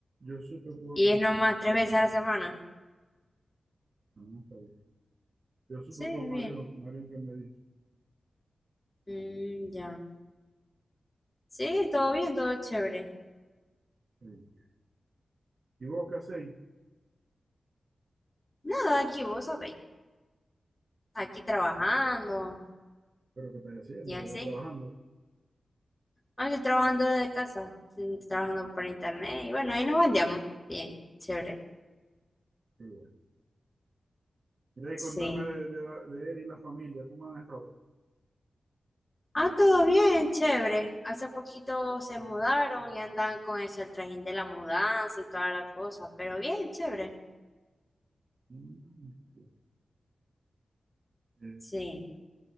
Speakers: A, on the right; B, on the left.
A: yo supe por,
B: Y es nomás tres veces a la semana.
A: No, no sabía. yo supe
B: Sí,
A: por Marión,
B: bien.
A: Marión que me dijo,
B: Mm, ya. Sí, todo bien, todo chévere.
A: Sí, ¿y vos qué hacéis?
B: Nada, aquí vos sabéis. Aquí trabajando
A: ¿Pero qué estáis haciendo?
B: y así.
A: ¿Qué estáis trabajando?
B: Ahora estoy trabajando desde casa, estoy trabajando por internet y bueno, ahí nos bandeamos. Bien, chévere.
A: qué bueno. Mira y
B: Sí.
A: contame de, de- de él y la familia, ¿cómo han estado?
B: Ah, todo bien, chévere. Hace poquito se mudaron y andan con eso, el trajín de la mudanza y toda la cosa, pero bien, chévere.
A: Mm, sí, Eh,
B: Sí.